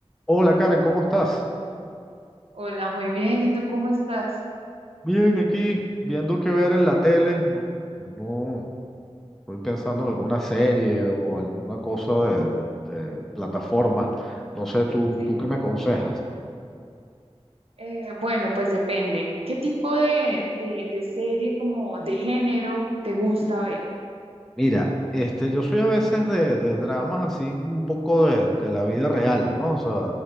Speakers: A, in the centre; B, on the right.
A: Hola Karen, ¿cómo estás?
B: Hola, muy bien. ¿Y tú cómo estás?
A: Bien, aquí viendo qué ver en la tele. No, no, estoy pensando en alguna serie o alguna cosa de, de, de plataforma. No sé, ¿tú,
B: Sí.
A: tú qué me aconsejas?
B: Eh, bueno, pues depende. ¿Qué tipo de, de, de serie como de género te gusta ver?
A: Mira, este, yo soy a veces de, de dramas así un poco de, de la vida real, ¿no? O sea,